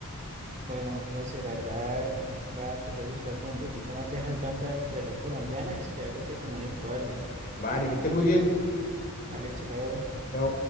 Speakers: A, on the right; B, on the left.
A: Bueno, José, la verdad, va a tratar de buscar como un poquitico más de esas bandas de rock colombianas y si algo te comunico, vale,
B: Vale, que estés muy bien.
A: vale, chao.
B: Chao.